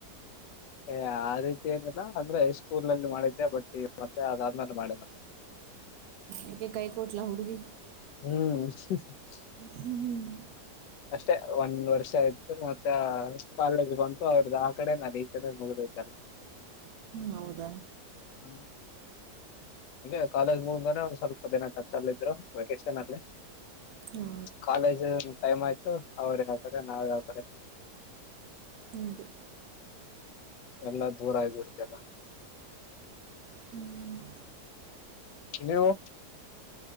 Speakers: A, on the left; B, on the right.
A: ಏ ಆ ರೀತಿ ಏನಿಲ್ಲ ಅಂದ್ರೆ ಹೈಸ್ಕೂಲನಲ್ಲಿ ಮಾಡಿದ್ದೆ ಬಟ್ ಮತ್ತೆ ಅದಾದ್ಮೇಲೆ ಮಾಡಿಲ್ಲ.
B: ಯಾಕೆ ಕೈ ಕೊಟ್ಲ ಹುಡುಗಿ.
A: ಹ್ಮ್
B: ಹ್ಮ್ ಹ್ಮ
A: ಅಷ್ಟೇ ಒಂದ್ ವರ್ಷ ಆಯ್ತು ಮತ್ತೆ.... ಕಾಲೇಜ್ ಬಂತು ಅವ್ರದ ಆ ಕಡೆ ನದಿ ಈಚನೇ ಮುಗಿದತೆಲ್ಲ.
B: ಹೌದಾ
A: ಹ ಹಗೆ ಕಾಲೇಜ್ ಮುಗದ್ ಒಂದ್ ಸ್ವಲ್ಪ ದಿನ ಟಚ್ಲ್ಲಿದ್ರು ವೆಕೇಶನ್ ಅಲ್ಲಿ.
B: ಹ್ಞೂ
A: ಕಾಲೇಜ್ ಟೈಮ್ ಆಯ್ತು ಅವ್ರಿಗೆ ಯಪ್ರ ನಾವ್ ಯಕ್ರ <inaudible>
B: ಹೀಗೆ
A: ಎಲ್ಲಾ ದೂರ ಆಗ್ಬಿಡ್ತಲ್ಲ.
B: ಹ್ಮ್
A: ನೀವು